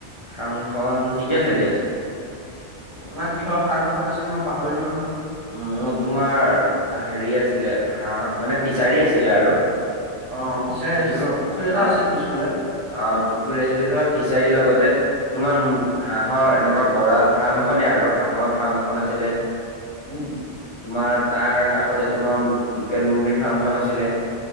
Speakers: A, on the left; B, on the right.
A: ফাৰ্মখন ঠিকে চলি আছে।
B: তোমাৰ কিহৰ ফাৰ্ম এখন আছিল মই পাহৰিলো নহয়।
A: মোৰ তোমাৰ হেৰি আছিলে হাঁহ মানে ফিচাৰী আছিলে আৰু।
B: অ', ফিচাৰি
A: ফিচ
B: আছিল অ', পুখুৰী এটা
A: অ',
B: আছিল পিছফালে।
A: অ', পুখুৰী আছিলে, তোমাৰ ফিচাৰীৰ লগতে। তোমাৰ হাঁহৰ এনেকুৱা গৰাল ফাৰ্ম এখনে আৰু হাঁহৰ ফাৰ্ম এখন আছিলে।
B: উম।
A: তোমাৰ তাৰ কাষতে তোমাৰ লোকেল মুৰ্গীৰ ফাৰ্মখন আছিলে।